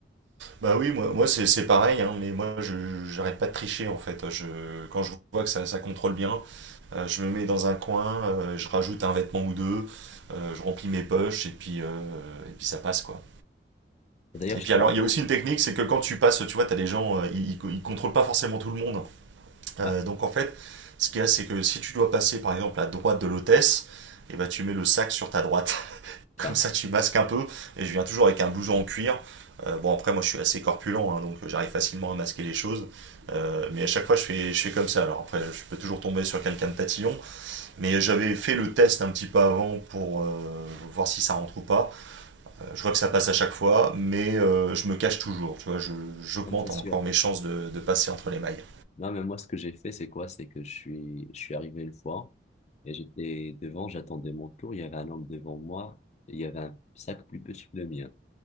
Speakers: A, on the right (about 80°); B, on the left (about 35°).
A: Bah oui, moi, moi c'est c'est pareil, hein, mais moi je j'arrête pas de tricher en fait. Je, quand je vois que ça, ça contrôle bien, Euh, je me mets dans un coin, euh, je rajoute un vêtement ou deux, euh, je remplis mes poches et puis, euh, et puis ça passe quoi.
B: D'ailleurs,
A: Et
B: je
A: puis
B: te
A: alors
B: raconte.
A: il y a aussi une technique, c'est que quand tu passes, tu vois, tu as des gens, euh, ils, ne contrôlent pas forcément tout le monde. Euh,
B: Ouais,
A: donc en fait, ce qu'il y a, c'est que si tu dois passer par exemple à droite de l'hôtesse, et ben, tu mets le sac sur ta droite. <laughs>
B: enfin,
A: Comme ça tu masques un peu et je viens toujours avec un blouson en cuir. Euh, bon après moi je suis assez corpulent, hein, donc j'arrive facilement à masquer les choses. Euh, mais à chaque fois je fais, je fais comme ça. Alors après je peux toujours tomber sur quelqu'un de tatillon. Mais j'avais fait le test un petit peu avant pour euh, voir si ça rentre ou pas. Euh, je vois que ça passe à chaque fois, mais euh, je me cache toujours. Tu vois, je- j'augmente
B: ouais, c'est sûr.
A: encore mes chances de, de passer entre les mailles.
B: Non, mais moi, ce que j'ai fait, c'est quoi? C'est que je suis, je suis arrivé une fois, et j'étais devant, j'attendais mon tour, il y avait un homme devant moi, et il y avait un sac plus petit que le mien.